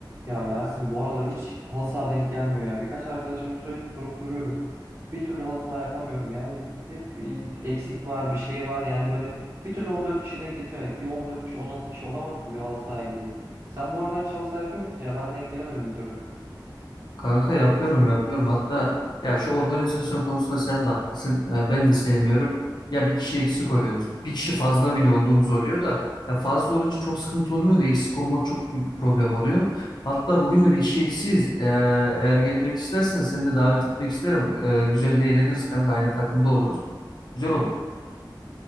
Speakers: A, on the right (about 35°); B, on the left (about 60°).
A: Ya Yasin bu aralar hiç halı saha denk gelmiyor ya. Birkaç arkadaşıma sürekli sorup duruyorum. Bir türlü halı saha yapamıyorum. Yani hep bir eksik var, bir şey var. Yani böyle bir türlü 14 kişi denk getiremedik. Bir 14 kişi, 16 kişi olamadık ki bir halı sahaya gideyim. Sen bu aralar hiç halı saha yapıyor musun ya? Ben denk gelemedim bir türlü.
B: Kanka yapıyorum yapıyorum. Hatta ya şu organizasyon konusunda sen de haklısın. Ee, ben de sevmiyorum. Ya bir kişi eksik oluyoruz. Bir kişi fazla bile olduğumuz oluyor da ya fazla olunca çok sıkıntı olmuyor da eksik olmak çok büyük problem oluyor. Hatta bugün de bir kişi eksiyiz. Ee, eğer gelmek istersen seni de davet etmek isterim. Ee, güzel eğleniriz kanka. Aynı takımda oluruz. Güzel olur.